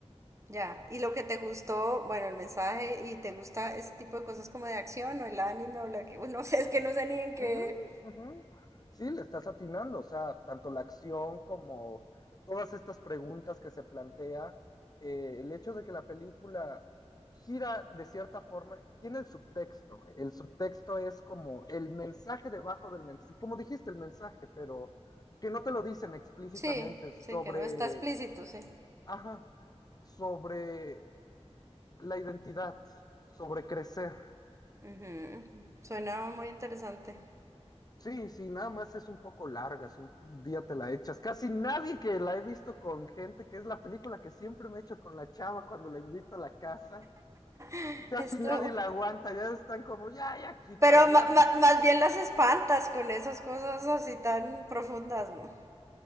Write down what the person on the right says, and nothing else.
Ya, y lo que te gustó, bueno, el mensaje y te gusta ese tipo de cosas como de acción o el anime o la que, bueno, <laughs> no sé, es que no sé ni en qué.
Sí,
sí, que no está explícito, sí.
Ujú. Suena muy interesante.
<laughs>
Esto.
Pero
ma-
ma-
más bien las espantas con esas cosas así tan profundas, ¿no?